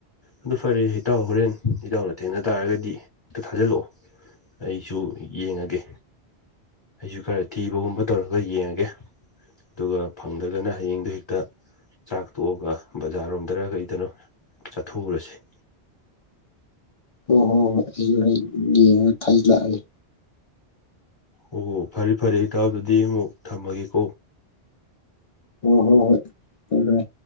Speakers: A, on the left; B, on the left.
A: ꯑꯗꯨ ꯐꯔꯦ ꯏꯇꯥꯎ ꯍꯣꯔꯦꯟ ꯏꯇꯥꯎꯅ ꯊꯦꯡꯅ ꯇꯥꯔꯒꯗꯤ ꯑꯝꯇ ꯊꯥꯖꯤꯜꯂꯛꯑꯣ ꯑꯩꯁꯨ ꯌꯦꯡꯉꯥꯒꯦ ꯑꯩꯁꯨ ꯈꯔ ꯊꯤꯕ ꯍꯨꯝꯕ ꯇꯧꯔꯒ ꯌꯦꯡꯉꯥꯒꯦ ꯑꯗꯨꯒ ꯐꯪꯗꯔꯒꯅ ꯍꯌꯦꯡꯗꯣ ꯍꯦꯛꯇ ꯆꯥꯛ ꯇꯣꯛꯑꯒ ꯕꯖꯥꯔꯣꯝꯗꯔꯥ ꯀꯩꯗꯅꯣ ꯆꯠꯊꯣꯛꯎꯔꯥꯁꯤ
B: ꯍꯣꯏ ꯍꯣꯏ ꯍꯣꯏ ꯑꯩꯁꯨ ꯍꯣꯔꯦꯟ ꯌꯦꯡꯉꯒ ꯊꯥꯖꯤꯜꯂꯛꯑꯒꯦ
A: ꯑꯣ ꯐꯔꯦ ꯐꯔꯦ ꯏꯇꯥꯎ ꯑꯗꯨꯗꯤ ꯑꯃꯨꯛ ꯊꯝꯃꯒꯦꯀꯣ
B: ꯑꯣ ꯍꯣ ꯍꯣꯏ ꯍꯣꯏ ꯍꯣꯏ